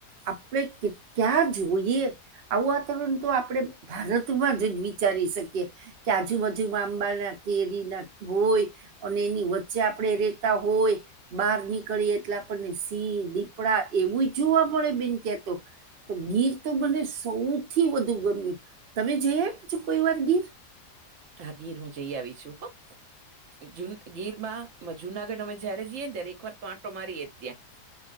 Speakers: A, on the right; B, on the right.
A: આપણે કેટ્યા જોઈએ આવું વાતાવરણ તો આપડે ભારતમાં જ જ વિચારી શકીએ. કે કાજુ બાજુ આંબા ના કેરી ના ભોઈ <unintelligible> અને એની વચ્ચે આપડણે રેતા હોય બહાર નીકળીએ એટલે આપણને સ દીપડા એવું જોવા મળે બેન ત્યાતો. તો ગીર તો મને સૌથી વધુ ગમ્યું તમે જઈ આ પાછું કોઈ વાર ગીર.
B: હા ગીર હું જઈ આવી છું ગીરમાં જુનાગઢ અમે જ્યારે જઈએ ને દરે એક વાર તો આંટો મારીએ ત્યાં.